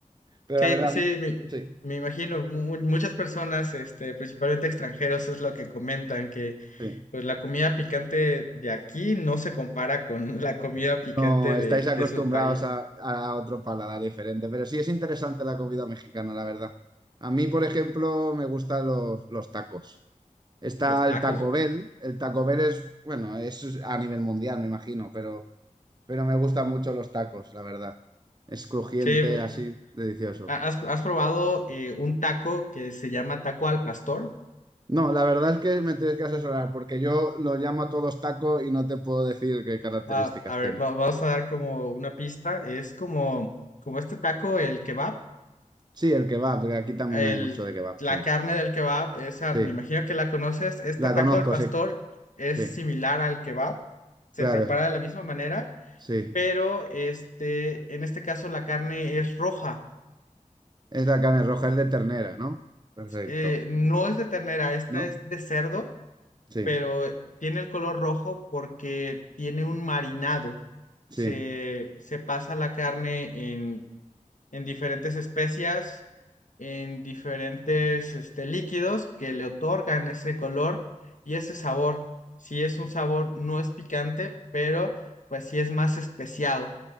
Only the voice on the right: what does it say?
Pero
la Vale. verdad,
Vale.
sí,
sí.
No, estáis
acostumbrados
a, a otro paladar diferente, pero sí es interesante la comida mexicana, la verdad. A mí, por ejemplo, me gustan los, los tacos. Está
el Taco Bell. El Taco Bell es, bueno, es a nivel mundial, me imagino, pero, pero me gustan mucho los tacos, la verdad. Es crujiente,
así, delicioso.
No, la verdad es que me tienes que asesorar, porque yo lo llamo a todos taco y no te puedo decir qué características
tiene.
Sí, el kebab, que aquí también
hay mucho de kebab,
sí.
Sí,
la
conozco,
sí,
sí.
Claro,
sí.
Es la carne roja, es de ternera, ¿no? Perfecto.
¿No?
Sí,
sí.